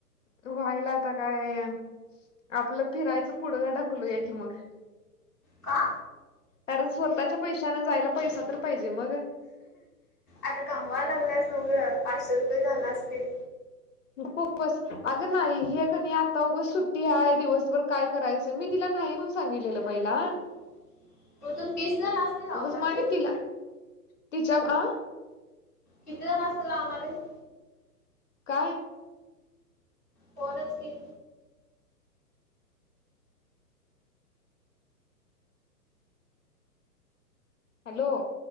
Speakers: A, on the left; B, in the centre.
A: व्हायला आता काय? आपलं फिरायचं पुढं का ढकलू या की मग.
B: का?
A: कारण, स्वतःच्या पैशाने जायला पैसा तर पाहिजे मग.
B: आता कमवा लागल्यास मग, पाचशे रुपये झाले असतील.
A: <unintelligible> अगं नाही, हे कनयं आता उगचं सुट्टी आहे, दिवसभर काय करायचं मी तिला नाही, म्हणून सांगितलेलं पहिला.
B: <inaudible> तीस जणांसनी लावणार
A: उगच म
B: आहेस
A: आणि तिला तिच्या अ
B: किती जणांसनी लावणार हायसं?
A: काय?
B: फोनचं की?
A: हॅलो!